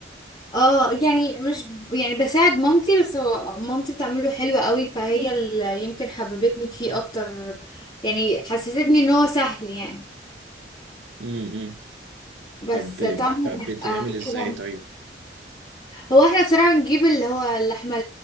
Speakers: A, on the left; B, on the right.
A: اه يعني مش يعني بساعد مامتي بس هو مامتي بتعمله حلو قوي فهي اللي يمكن حببتني فيه اكتر يعني حسستني ان هو سهل يعني
B: امم
A: بس
B: طب ب-
A: طعمه بيبقى
B: بتعمل ازاي
A: كده
B: طيب؟
A: هو احنا بصراحة بنجيب اللي هو اللحمة